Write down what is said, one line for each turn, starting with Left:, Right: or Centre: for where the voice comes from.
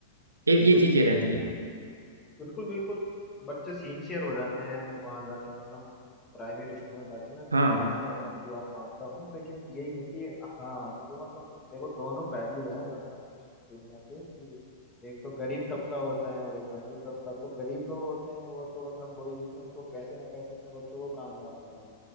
Right: एक ये
Left: बिल्कुल
Right: चीजें रहती हैं
Left: बिल्कुल बिल्कुल बच्चे सिंसियर हो जाते हैं वहां जाके मतलब प्राइवेट स्कूल में जाके मैं तो
Right: हाँ
Left: ये मानता हूँ आपकी बात मानता हूँ लेकिन यही है कि हाँ जो मतलब देखो दोनों पहलू है मतलब इस दुनिया के कि एक तो गरीब तबका होता है और एक अमीर तबका तो गरीब लोग होते हैं वो तो मतलब वही है कि उनको कैसे ना कैसे अपने बच्चों को कामयाब करना है